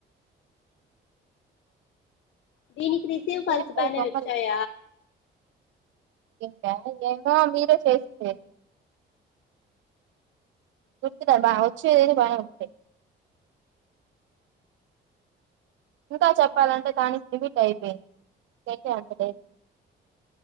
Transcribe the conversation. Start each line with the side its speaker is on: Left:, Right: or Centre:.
Left: దీనికి రిసీవ్ కలిసి
Right: ఏమి
Left: బానే
Right: ఈ బొమ్మలు
Left: వచ్చాయ
Right: ఇంకా ఏమో మీరే చేసింది గుర్తు లేదు వచ్చేదెదో బాగనే ఉంది ఇంకా చప్పాలంటే టానిక్ లిమిట్ అయిపేన్ద్ <unintelligible>